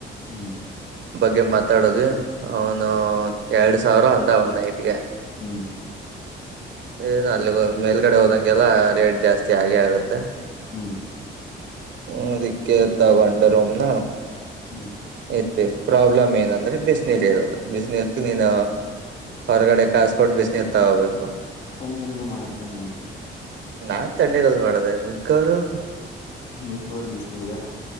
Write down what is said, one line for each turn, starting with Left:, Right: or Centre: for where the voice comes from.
Left: ಹ್ಮ್
Right: ಬಗ್ಗೆ ಮತ್ ಮಾತಾಡದು ಒನು ಎರಡ್ ಸಾವಿರ ಅಂದ ಒಂದ್ ನೈಟ್ಗೆ
Left: ಹ್ಮ್
Right: ಏನು ಅಲ್ಲಿ ಮೇಲ್ಗಡೆ ಹೋದಂಗೆಲ್ಲಡ್ ಜಾಸ್ತಿ ಹಾಗೆ ಆಗತ್ತೆ
Left: ಹ್ಮ್
Right: ಹ್ಮ್ದಕ್ಕೆತಗೊಂಡ ರೂಮ್ ನ
Left: ಹ್ಮ್
Right: ಇ ಪ್ರಾಬ್ಲಮ್ ಏನ ಅ ಬಿಸನಿರಿಲ್ ಬಿಸನಿ ನೀನ ಹೊರಗಡೆ ಕಾಸಕೋಟ್ಟು ಬಿಸ್ ನೀರು ತಗೋಬೇಕು ಹೋಬೇಕು
Left: ತಣ್ಣೀರಲ್ಲಿ ಮಾಡುತ್ತಾನೆ ಮತ್ತೆ
Right: ನಾನ್ ತಣ್ಣೀರಲ್ಲಿ ಮಾಡದ ಮಿಕರು
Left: ಮೇಕೋರ್ ಬಿಸಿನೀರಾ